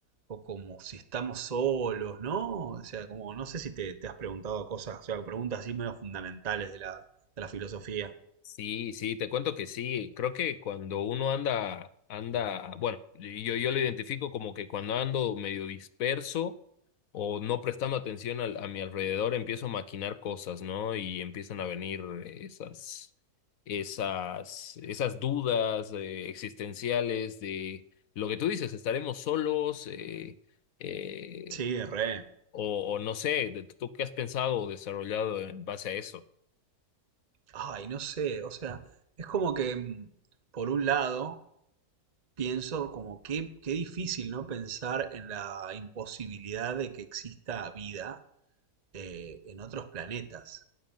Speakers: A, on the right; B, on the left.
A: o como si estamos solos, ¿no? O sea, como, no sé si te, te has preguntado cosas, o sea, preguntas así medio fundamentales de la, de la filosofía.
B: Sí, sí, te cuento que sí. Creo que cuando uno anda, anda, bueno, yo, yo lo identifico como que cuando ando medio disperso o no prestando atención al- a mi alrededor, empiezo a maquinar cosas, ¿no? Y empiezan a venir esas, esas, esas dudas eh, existenciales de lo que tú dices, ¿estaremos solos? Eh, eh,
A: Sí, re.
B: o, o no sé, de- ¿tú qué has pensado o desarrollado en base a eso?
A: Ay, no sé, o sea, es como que, mm, por un lado, pienso como qué, qué difícil, ¿no? Pensar en la imposibilidad de que exista vida eh, en otros planetas.